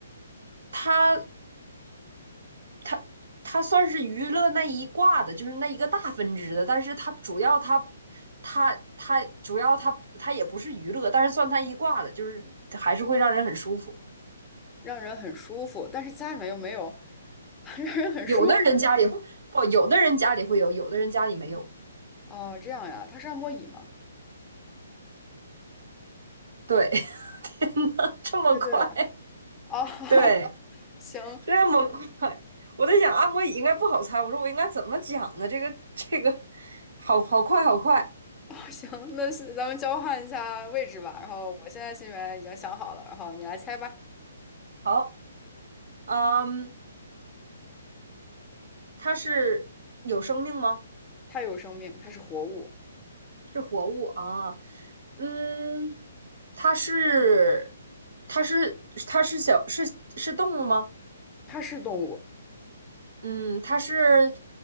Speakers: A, on the right; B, on the left.
A: 它它它算是娱乐那一挂的，就是那一个大分支的，但是它主要它它它主要它它也不是娱乐，但是算它一挂的，就是还是会让人很舒服。
B: 让人很舒服，但是家里面又没有 <laughs> 让人很舒服。
A: 有的人家里不，有的人家里会有，有的人家里没有。
B: 哦，这样呀，它是按摩椅吗？
A: 对，<laughs> 这么快，
B: 猜对了。哦，<laughs>
A: 对，
B: 行，
A: 这么快，我在想按摩椅应该不好猜，我说我应该怎么讲呢？这个这个，好好快好快
B: 哦，行，那是咱们交换一下位置吧。然后我现在心里面已经想好了，然后你来猜吧。
A: 好，嗯，它是有生命吗？
B: 它有生命，它是活物，
A: 是活物啊，嗯，它是，它是，它是小，是是动物吗？
B: 它是动物，
A: 嗯，它是，